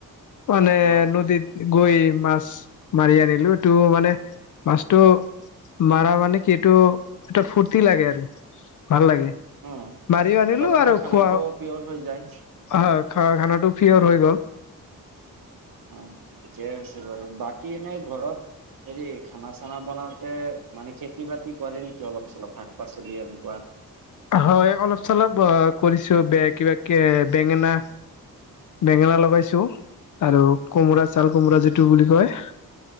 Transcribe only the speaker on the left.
মানে
নদীত গৈ মাছ মাৰি আনিলো টো মানে মাছটো মাৰা মানে কি এইটো এটা ফূৰ্তি লাগে আৰু ভাল লাগে।
মাৰিও আনিলো
আৰু
খোৱা
হয় খোৱা খানাটো পিয়ৰ হৈ গ'ল।
হয় অলপ চলপ অ কৰিছো বে কিবা কে বেঙেনা বেঙেনা লগাইছো আৰু কোমোৰা
ছাল কোমোৰা যিটো বুলি কয়